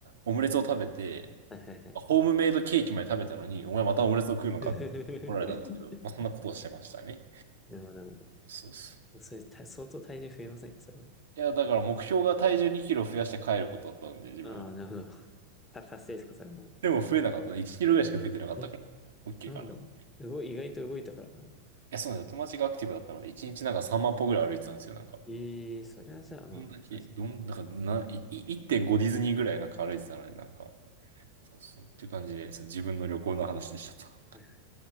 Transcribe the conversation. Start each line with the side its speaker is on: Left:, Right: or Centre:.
Right: オムレツを食べて、
Left: はいはいはい。
Right: ホームメイドケーキまで食べたのに、お前またオムレツを食うのかって怒られたんですけど、
Left: <laughs>
Right: まあ、そんなことをしてましたね。
Left: なるほど、なるほ
Right: そうそう。
Left: ど。それ、た、相当体重増えませんか、それは。
Right: いや、だから目標が体重2キロ増やして帰ることだったんで、自分は。
Left: ああ、なるほど。<laughs> た、達成ですか、それはもう。
Right: でも増えなかったね。1キロぐらいしか増えてなかったから、
Left: え、
Right: OK
Left: なんだろう。
Right: かな。い
Left: 動い、意外と動いたからかな。
Right: や、そうなんですよ。友達がアクティブだったので、1日なんか3万歩ぐらい歩いてたんですよ、なんか。
Left: ええーそれはじゃあ、まあ、
Right: どんだけ、
Left: 確かに。
Right: どん、だからな、い、い1.5ディズニーぐらいなんか歩いてたので、なんか、そうそう。っていう感じで、そう自分の旅行の話でしたと。
Left: <laughs> はい